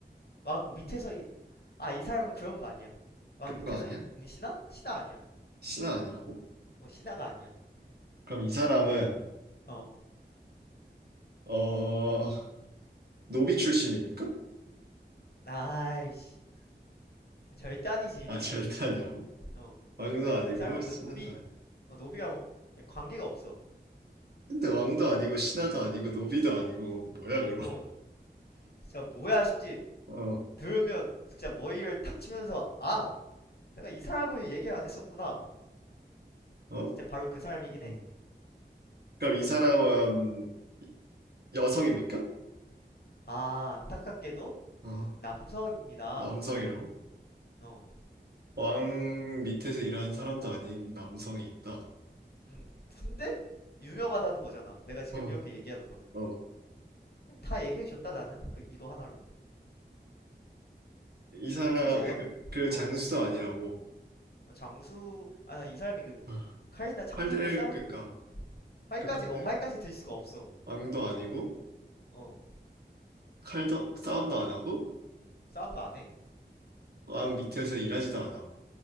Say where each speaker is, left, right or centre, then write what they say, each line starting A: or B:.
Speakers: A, on the left; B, on the right.
A: 왕 밑에서, 이... 아, 이 사람은 그런 거 아니야. 왕
B: 그런
A: 밑에서
B: 거 아니야?
A: 이- 있는 신하? 신하 아니야.
B: 신하 아니라고?
A: 어, 신하가 아니야.
B: 그럼 이 사람은
A: 어,
B: 어 노비 출신입니까?
A: 아이씨. 절대 아니지.
B: 아 절대 아니라고?
A: 어,
B: 왕도 아니고
A: 이 사람은
B: 신하도
A: 그 노비,
B: 아니고.
A: 어, 노비가 뭐? 관계가 없어.
B: 근데 왕도 아니고 신하도 아니고 노비도 아니고 뭐야 그럼?
A: 어, 진짜 뭐야 싶지?
B: 어,
A: 들으면 진짜 머리를 탁 치면서, 아! 내가 이 사람을 얘기 안 했었구나.
B: 어?
A: 진짜 바로 그 사람이긴
B: 어.
A: 해.
B: 그럼 이 사람은 여성입니까?
A: 아, 안타깝게도
B: 어,
A: 남성입니다.
B: 남성이라고?
A: 어,
B: 왕 밑에서 일하는 사람도 아닌 남성이 있다.
A: 음. 근데 유명하다는 거잖아. 내가 지금
B: 어,
A: 이렇게 얘기하는 거면
B: 어.
A: 그냥 다 얘기해 줬다 나는 그 이거 하나로.
B: 이 사람,
A: 난 슬슬
B: 그,
A: 너,
B: 그
A: 어,
B: 장수도 아니라고.
A: 어, 장수, 아, 난 이 사람이 그
B: 아,
A: 칼이나 창
B: 칼들
A: 들고 싸우는
B: 그러니까
A: 활까지,
B: 그런데
A: 어, 활까지 들 수가 없어.
B: 왕도 아니고
A: 어,
B: 칼도 싸움도 안 하고
A: 싸움도 안 해.
B: 왕 밑에서 일하지도 않아.